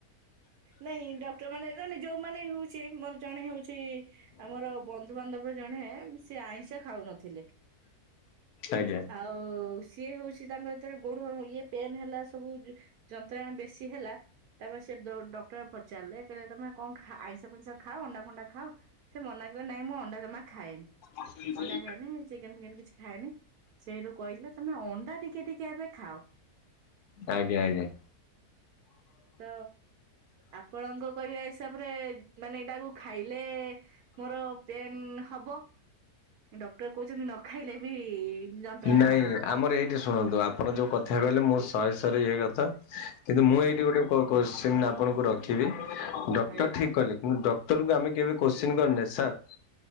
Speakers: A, on the right; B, on the left.
A: ନାଇଁ ଡକ୍ଟର ମାନେ ମାନେ ଯୋଉମାନେ ହଉଛି ମୋର ଜଣେ ହଉଛି ସେ ଆମର ବନ୍ଧୁବାନ୍ଧବ ଜଣେ ସେ ଆଇଁଷା ଖାଉନଥିଲେ
B: ଆଜ୍ଞା।
A: ଆଉ ସିଏ ହଉଛି ତାଙ୍କର ଏଥିରେ ଗୋଡ ଇଏ ପେନ୍ ହେଲା ସବୁ ଯୋ ଯନ୍ତ୍ରଣା ବେଶୀ ହେଲା ତାପରେ ସେ ଡ ଡକ୍ଟର ପଚାରିଲେ କହିଲେ ତମେ କଣ ଖା ଆଇଁଷ ଫାଇଁସ ଖାଅ ଅଣ୍ଡା ଫଣ୍ଡା ଖାଅ ସେ ମନା କରେ ନାଇଁ ମୁଁ ଅଣ୍ଡା ଜମା ଖାଏନି।
B: ଆଜ୍ଞା।
A: ଅଣ୍ଡା ଖାଏନି ଚିକେନ ଫିକେନ୍ କିଛି ଖାଏନି। ସେଇଠୁ କହିଲେ ତମେ ଅଣ୍ଡା ଟିକେ ଟିକେ ଏବେ ଖାଅ।
B: ଆଜ୍ଞା ଆଜ୍ଞା।
A: ତ ଆପଣଙ୍କ କହିବା ହିସାବରେ ମାନେ ଏଇଟାକୁ ଖାଇଲେ ମୋର ପେନ୍ ହବ ଡକ୍ଟର କହୁଛନ୍ତି ନ ଖାଇଲେ ବି ଯନ୍ତ୍ରଣା
B: ନାଇଁ
A: ହବ।
B: ଆମର ଏଇଠି ଶୁଣନ୍ତୁ ଆପଣ ଯୋଉ କଥା କହିଲେ ମୋ ଶହେ ଶହରେ ଇଏ କଥା କିନ୍ତୁ ମୁଁ
A: ଆଜ୍ଞା
B: ଏଇଠି ଗୋଟେ କୋଶ୍ଚିନ ଆପଣଙ୍କୁ ରଖିବି ଡକ୍ଟର
A: ଆଜ୍ଞା
B: ଠିକ୍ କହିଲେ କିନ୍ତୁ ଡ କ୍ଟରଙ୍କୁ ଆମେ କେବେ କୋଶ୍ଚିନ କରିନେ ସାର୍